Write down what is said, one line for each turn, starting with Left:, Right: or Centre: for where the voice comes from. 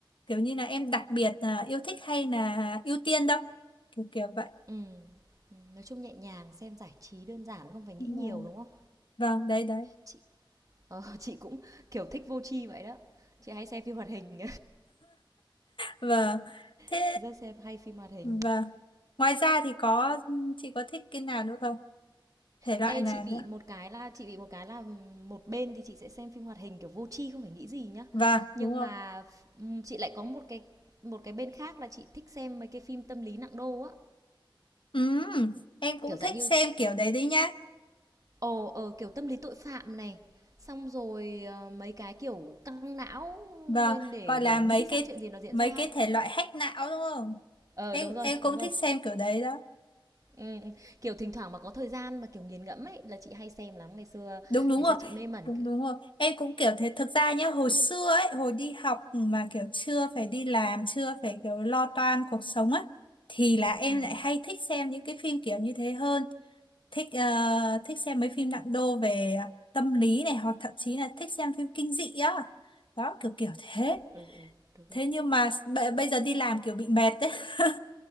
Left: kiểu như là em đặc biệt là yêu thích hay là ưu tiên đâu kiểu kiểu vậy
Right: Ừm, ừm, nói chung nhẹ nhàng, xem giải trí đơn giản, không phải nghĩ
Left: Mà-
Right: nhiều, đúng không?
Left: vâng đấy đấy
Right: Chị ờ, <laughs> chị cũng, kiểu, thích vô tri vậy đó. Chị hay xem phim hoạt hình
Left: vâng thế
Right: <laughs> rất xem hay phim hoạt hình.
Left: vâng ngoài ra thì có chị có thích cái nào nữa không thể loại
Right: Ê,
Left: nào
Right: chị bị
Left: nữa
Right: một cái là chị bị một cái là một bên thì chị sẽ xem phim hoạt hình, kiểu, vô tri không phải nghĩ gì nhá.
Left: vâng
Right: Nhưng
Left: đúng không
Right: mà ừm, chị lại có một cái một cái bên khác là chị thích xem mấy cái phim tâm lý nặng đô á,
Left: ừ em cũng
Right: kiểu, dạng
Left: thích
Right: như
Left: xem kiểu đấy đấy nhá
Right: ồ, ờ, kiểu, tâm lý tội phạm này, xong rồi, ờ, mấy cái, kiểu, căng não
Left: vâng
Right: lên để
Left: gọi
Right: để
Left: là
Right: nghĩ
Left: mấy cái
Right: xem chuyện gì nó diễn
Left: mấy
Right: ra
Left: cái
Right: ấy.
Left: thể loại hack não đúng không
Right: Ờ,
Left: em
Right: đúng rồi,
Left: em cũng
Right: đúng rồi.
Left: thích xem kiểu đấy đó
Right: Ừm, ừm. Kiểu, thỉnh thoảng mà có thời gian mà, kiểu, nghiền ngẫm ấy, là chị hay xem lắm. Ngày xưa
Left: đúng đúng
Right: ngày
Left: rồi
Right: xưa chị mê mẩn
Left: đúng
Right: c
Left: đúng rồi em cũng kiểu thế thực ra nhá hồi xưa ấy hồi đi học mà kiểu chưa phải đi làm chưa phải kiểu lo toan cuộc sống á thì là em
Right: ừm,
Left: lại hay thích xem những cái phim kiểu như thế hơn thích ờ, thích xem mấy phim nặng đô về tâm lý này hoặc thậm chí là thích xem phim kinh dị á đó kiểu kiểu thế
Right: ừ, đúng rồi,
Left: thế nhưng mà b- bây giờ đi làm kiểu bị mệt đấy <laughs>